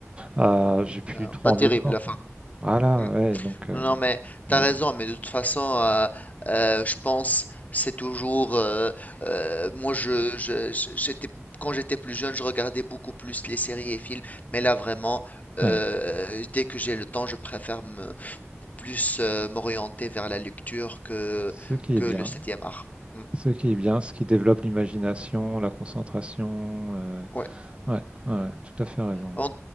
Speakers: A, on the right (about 25°); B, on the left (about 35°).
A: Euh, j'ai plus
B: Euh,
A: trop
B: pas
A: envie
B: terrible
A: de voir.
B: la fin.
A: quoi. Voilà,
B: Mm.
A: ouais. Donc, euh,
B: Non, non,
A: bon,
B: mais
A: plus
B: t'as
A: envie
B: raison,
A: de
B: mais de toute façon, euh, euh, je pense c'est toujours. euh, euh, moi, je, je- je- j'étais quand j'étais plus jeune, je regardais beaucoup plus les séries et films, mais là vraiment, euh,
A: voir. ouais.
B: dès que j'ai le temps, je préfère me, plus euh, m'orienter vers la lecture que
A: Ce qui
B: que
A: est bien,
B: le septième art. Mm,
A: ce qui est bien, ce qui développe l'imagination, la concentration. euh,
B: Ouais.
A: ouais, ouais, ouais, tout à fait raison.
B: En-